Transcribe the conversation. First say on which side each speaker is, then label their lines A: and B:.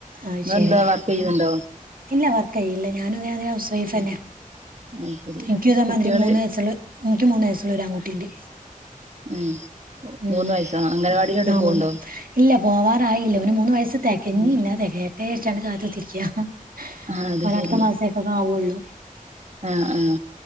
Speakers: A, on the right (about 80°); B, on the right (about 50°).
A: അത്
B: നിങ്ങളെന്താ
A: ശരി
B: വർക്ക് ചെയ്യ്ന്നുണ്ടോ?
A: ഇല്ല വർക്ക് ചെയ്യല്ല ഞാനും ഇത് പോലെ ഹൗസ് വൈഫ്
B: ഉം
A: തന്ന
B: അത് ശരി
A: എനിക്കുതാമാതിരി
B: കുട്ടികള്
A: മൂന്ന് വയസ്സുള്ള എനിക്ക് മൂന്ന് വയസ്സുള്ള ഒരു ആൺകുട്ടി ഇണ്ട്.
B: ഏഹ്
A: ഉം
B: മൂന്ന് വയസ്സാ അംഗനവാടിയിലോട്ട്
A: ആ
B: പോവുണ്ടോ
A: ഇല്ല പോവാറായില്ലവന് മൂന്ന് വയസ് തെകഞ്ഞില്ല
B: ഉം
A: തെകയട്ടെ വെച്ച് അങ്ങട് കാത്ത് കുത്തിരിക്ക.
B: ആഹ് അത്
A: ഓര
B: ശരി
A: അടുത്ത മാസേക്കൊക്കെ ആവുള്ളൂ.
B: ആഹ് ആഹ്